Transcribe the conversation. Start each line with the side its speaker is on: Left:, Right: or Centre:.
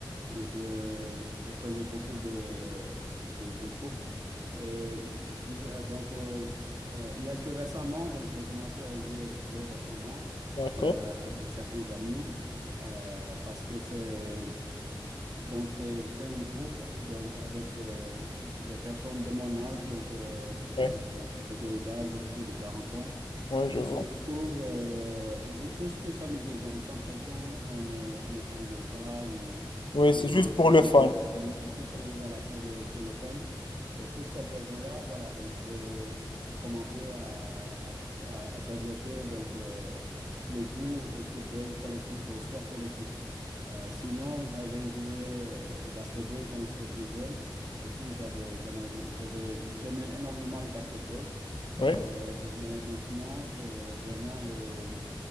Right: Euh, Je, je faisais beaucoup de, de, de courses. Et bis- euh, donc, euh, euh, il y a que récemment, donc j'ai commencé à jouer au football récemment
Left: D'accord.
Right: euh, avec certains amis euh, parce que c'est donc, c'est, c'est un groupe donc, avec les- des personnes de mon âge, donc, euh,
Left: Oui,
Right: donc ma catégorie d'âge, plus de 40 ans
Left: ouais, ouais, je
Right: qui
Left: vois.
Right: se retrouvent euh, ju- juste pour s'amuser. Donc, sans pression, on ne, on ne s'engueule pas ou
Left: Oui,
Right: c'est
Left: c'est juste pour
Right: juste
Left: le fun.
Right: entre amis. Il faut se- voilà, pour le, pour le fun. Et pour cette raison-là, voilà, donc j'ai commencé à, à- à développer donc, euh, le goût au football collectif, au sport collectif. Euh, sinon, j'avais joué euh, au basketball quand j'étais plus jeune. Aussi, j'avais, j'en aimais- j'avais, j'aimais énormément le basketball.
Left: Oui,
Right: Euh, mais maintenant, c'est vraiment le...